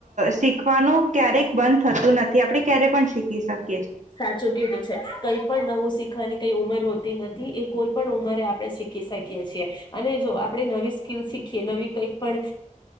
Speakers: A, on the right; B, on the left.
A: શીખવાનું ક્યારેક બંધ થતું નથી આપણે ક્યારે પણ શીખી શકએ.
B: સાચું કીધું છે કઈ પણ નવું શીખ. શીખવાની કઈ ઉંમર હોતી નથી એ કોઈ પણ ઉંમરે આપણે શીખી શકીએ છીએ અને જો આપણે નવી સ્કીલ શીખીએ નવી કંઈક પણ